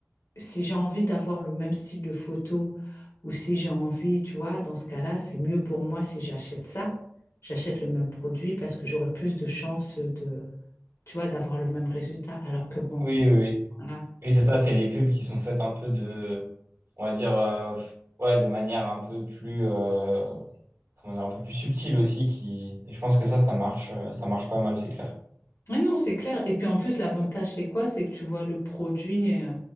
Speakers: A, on the left; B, on the right.
A: si j'ai envie d'avoir le même style de photo ou si j'ai envie, tu vois, dans ce cas-là, c'est mieux pour moi si j'achète ça. J'achète le même produit parce que j'aurai plus de chances de, tu vois, d'avoir le même résultat. Alors que bon,
B: Oui, oui, oui.
A: voilà.
B: Oui, c'est ça, c'est les pubs qui sont faites un peu de, on va dire, euh, ouais, de manière un peu plus, euh, comment dire, un peu plus subtile aussi, qui, et je pense que ça, ça marche, euh, ça marche pas mal, c'est clair.
A: Mais non, c'est clair. Et puis en plus, l'avantage, c'est quoi? C'est que tu vois le produit euh,